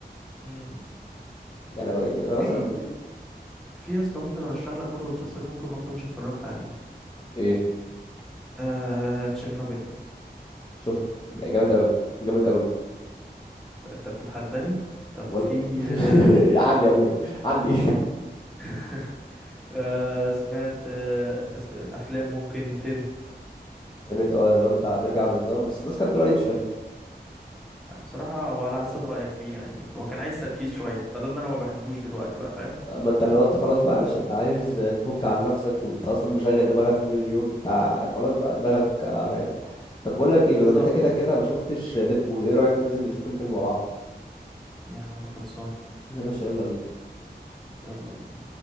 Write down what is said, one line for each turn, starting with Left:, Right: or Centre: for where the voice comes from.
Centre: امم
Left: يعني انا يعني انا
Centre: في
Left: مثلا ب-
Centre: في يا اسطى ممكن ارشح لك برضه مسلسل ممكن ما تكونش اتفرجت عليه
Left: ايه
Centre: آه... تشيرنوبل
Left: شفته يعني جامد قوي جامد قوي
Centre: ت- انت بتتحداني طب
Left: بقول
Centre: في
Left: <laughs>
Centre: آه...
Left: علي يا ابويا علي
Centre: <laughs> آه... سمعت آه... تسب... افلام ممكن تنت
Left: <laughs> كانت اه اللي هو بتاع بيرجع بالزمن بس الناس كانت بتقول عليه مش حلو
Centre: بصراحة هو على حسب رأيك فيه يعني هو كان عايز تركيز شوية فده اللي انا ما بحبوش دلوقتي بقى فاهم
Left: اما انت لو انت خلاص بقى يا باشا انت عايز تفك عن نفسك وانت اصلا مشغل دماغك طول اليوم فانت خلاص بقى دماغك وجعتك طب بقول لك
Centre: بالظبط
Left: ايه بما ان انت كده كده ما شفتش ديدبول ايه رايك ننزل نشوف الفيلم مع بعض
Centre: يا عم خلصان
Left: يا باشا يلا بينا
Centre: يلا بينا